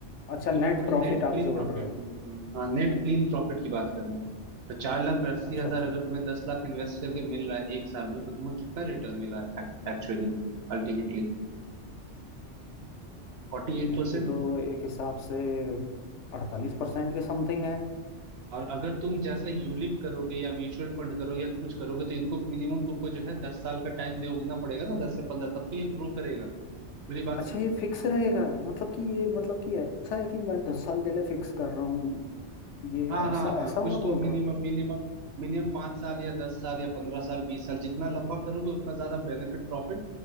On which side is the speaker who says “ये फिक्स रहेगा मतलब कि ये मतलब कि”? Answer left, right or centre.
Left